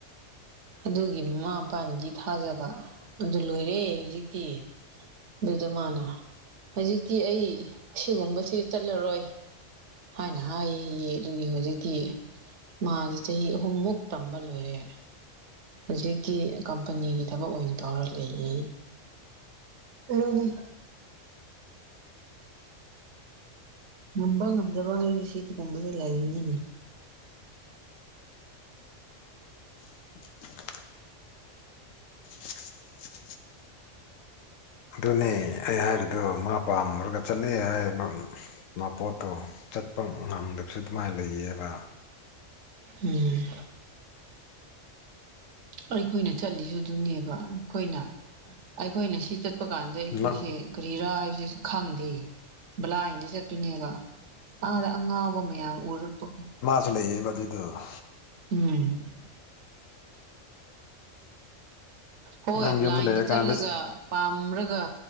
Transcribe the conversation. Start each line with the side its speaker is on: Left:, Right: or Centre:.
Right: ꯑꯗꯨꯒꯤ ꯃꯃꯥ ꯃꯄꯥꯅꯗꯤ ꯊꯥꯖꯕ ꯑꯗꯨ ꯂꯣꯏꯔꯦ ꯍꯧꯖꯤꯛꯇꯤ꯫ ꯑꯗꯨꯗ ꯃꯥꯅ ꯍꯧꯖꯤꯛꯇꯤ ꯑꯩ ꯁꯤꯒꯨꯝꯕꯁꯤ ꯆꯠꯂꯔꯣꯏ꯫ ꯍꯥꯏꯅ ꯍꯥꯏꯌꯦ ꯍꯌꯦ ꯑꯗꯨꯒꯤ ꯍꯧꯖꯤꯛꯇꯤ ꯃꯥꯁꯦ ꯆꯍꯤ ꯑꯍꯨꯝꯃꯨꯛ ꯇꯝꯕ ꯂꯣꯏꯔꯦ꯫ ꯍꯧꯖꯤꯛꯇꯤ ꯀꯝꯄꯅꯤꯒꯤ ꯊꯕꯛ ꯑꯣꯏꯅ ꯇꯧꯔ ꯂꯩꯌꯦ꯫ ꯑꯗꯨꯅꯤ꯫ ꯉꯝꯕ ꯉꯝꯗꯕ ꯍꯥꯏꯕꯁꯤ ꯑꯗꯨꯒꯒꯨꯝꯕꯁꯨ ꯂꯩꯕꯅꯤꯅꯦ꯫
Left: <unintelligible> ꯑꯗꯨꯅꯦ ꯑꯩ ꯍꯥꯏꯔꯤꯗꯨꯣ ꯃꯥ ꯄꯥꯝꯃꯨꯔꯒ ꯆꯠꯂꯦ ꯍꯥꯏꯕ <unintelligible> ꯃꯥꯄꯣꯠꯇꯣ ꯆꯠꯄ ꯉꯝꯗꯕꯁꯨ ꯑꯗꯨꯃꯥꯏꯅ ꯂꯩꯌꯦꯕ꯫
Right: ꯎꯝ꯫ ꯑꯩꯈꯣꯏꯅ ꯆꯠꯂꯤꯁꯨ ꯑꯗꯨꯅꯦꯕ ꯑꯈꯣꯏꯅ ꯑꯩꯈꯣꯏꯅ ꯁꯤ ꯆꯠ ꯄ ꯀꯥꯟꯗ ꯑꯩꯈꯣꯏꯁꯦ
Left: ꯅꯪ
Right: ꯀꯔꯤꯔꯥ ꯍꯥꯏꯕꯁꯤꯁꯨ ꯈꯪꯗꯦ ꯕ꯭ꯂꯥꯏꯟ ꯗ ꯆꯠꯇꯣꯏꯅꯦꯕ ꯑꯥꯗ ꯑꯉꯥꯎꯕ ꯃꯌꯥꯝ ꯎꯔꯛꯄ
Left: ꯆ ꯂꯩꯌꯦꯕ ꯑꯗꯨꯗꯣ꯫
Right: ꯎꯝ꯫ ꯍꯣꯏ
Left: ꯅꯪ
Right: ꯕ꯭ꯂꯥꯏꯟꯗ
Left: ꯌꯨꯝꯗ ꯂꯩꯔꯀꯥꯟꯗ
Right: ꯆꯠꯂꯒ ꯄꯥꯝꯔꯒ